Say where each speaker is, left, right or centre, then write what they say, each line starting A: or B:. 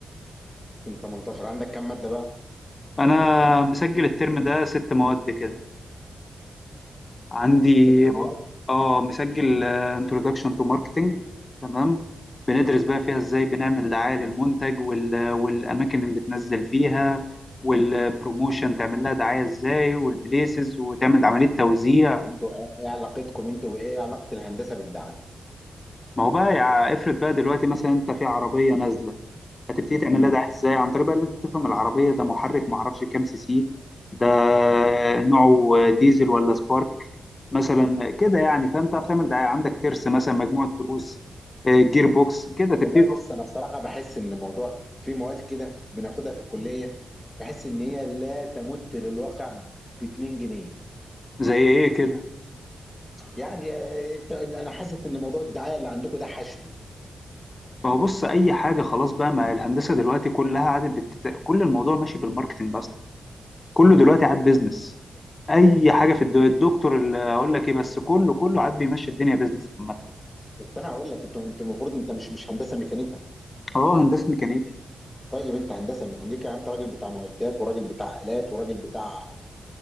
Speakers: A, on the left; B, on the left.
A: يوم 18 عندك كام ماده بقى
B: انا مسجل الترم ده ست مواد كده عندي
A: ست مواد
B: اه مسجل آه، introduction to marketing تمام بندرس بقى فيها ازاي بنعمل دعاية للمنتج وال... والاماكن اللي تنزل فيها والبروموشن تعمل لها دعاية ازاي والبليسز وتعمل عملية توزيع
A: طب انتوا ايه إيه علاقتكم انتوا وايه علاقه الهندسه بالدعايه
B: ما هو بقى يع- افرض بقى دلوقتي مثلا انت في عربية نازلة هتبتدي تعملها
A: امم
B: ده ازاي عن طريق بقى ان انت تفهم العربيه ده محرك ما اعرفش كام سي سي ده نوعه ديزل ولا سبارك مثلا كده يعني فاهم تعرف تعمل ده عندك ترس مثلا مجموعه تروس آه، جير بوكس كده تبتدي
A: والله بص انا بصراحه بحس ان الموضوع في مواد كده بناخدها في الكليه بحس ان هي لا تمت للواقع ب 2 جنيه
B: زي ايه كده
A: يعني آه، انت انا حاسس ان موضوع الدعايه اللي عندكم ده حشو
B: ما هو بص اي حاجه خلاص بقى ما الهندسه دلوقتي كلها عادت بتت... كل الموضوع ماشي بالماركتنج اصلا كله دلوقتي عاد بيزنس اي حاجه في الد- الدكتور اللي اقول لك ايه بس كله كله عاد بيمشي الدنيا بيزنس عامه
A: بس انا هقول لك انتوا انتوا المفروض انت مش مش هندسه ميكانيكا
B: اه هندسه ميكانيكا
A: طيب انت هندسه ميكانيكا انت راجل بتاع معدات وراجل بتاع الات وراجل بتاع